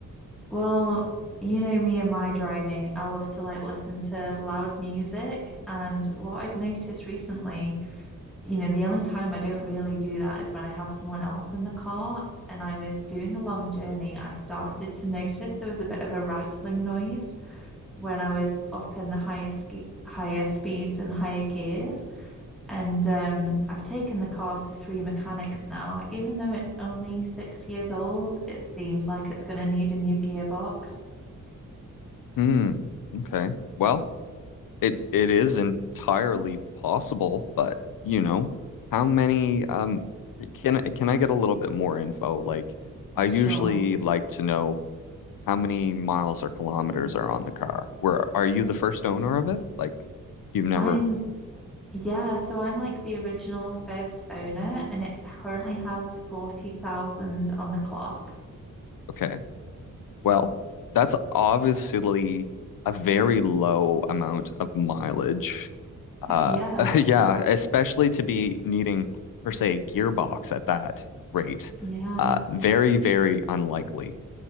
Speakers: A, in the centre; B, on the left.
A: Well, you know me and my driving, I love to like listen to loud music. And what I've noticed recently, you know, the only time I don't really do that is when I have someone else in the car. And I was doing a long journey, I started to notice there was a bit of a rattling noise. when I was up in the higher ski higher speeds and higher gears. And um, I've taken the car to three mechanics now. Even though it's only six years old, it seems like it's going to need a new gearbox.
B: Hmm. Okay. Well, it it is entirely possible, but you know, how many? Um, can I can I get a little bit more info? Like, I
A: Sure.
B: usually like to know how many miles or kilometers are on the car. Where are you the first owner of it? Like, you've never.
A: I'm, yeah, so I'm like the original first owner, and it currently has 40,000 on the clock. <laughs>
B: Okay. Well, that's obviously a very low amount of mileage. Uh,
A: Yeah.
B: <laughs> yeah, especially to be needing, per se, a gearbox at that rate.
A: Yeah.
B: Uh, very, very unlikely.